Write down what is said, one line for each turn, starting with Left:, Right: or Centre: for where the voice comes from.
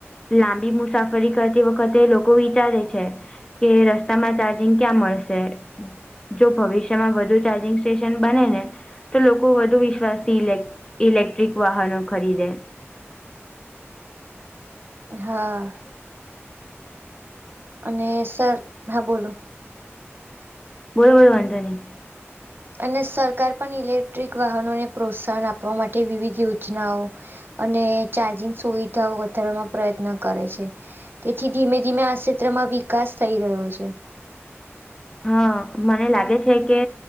Left: લાંબી મુસાફરી કરતી વખતે લોકો વિચારે છે કે રસ્તામાં ચાર્જિંગ ક્યાં મળશે જો ભવિષ્યમાં વધુ ચાર્જિંગ સ્ટેશન બને ને તો લોકો વધુ વિશ્વાસ થી ઇલેક-ઇલેક્ટ્રિક વાહનો ખરીદે.
Right: હા. અને સર હા બોલો
Left: બોલો બોલો વાંધો નહીં.
Right: અને સરકાર પણ ઇલેક્ટ્રિક વાહનોને પ્રોત્સાહન આપવા માટે વિવિધ યોજનાઓ અને ચાર્જિંગ સુવિધાઓ વધારવામાં પ્રયત્ન કરે છે. તેથી ધીમે ધીમે આ ક્ષેત્રમાં વિકાસ થઈ રહ્યો છે.
Left: હા, મને લાગે છે કે